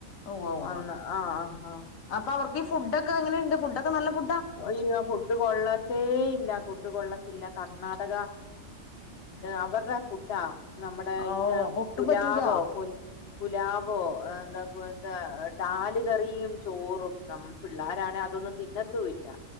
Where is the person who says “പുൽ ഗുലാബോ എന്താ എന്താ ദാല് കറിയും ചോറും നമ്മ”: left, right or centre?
Left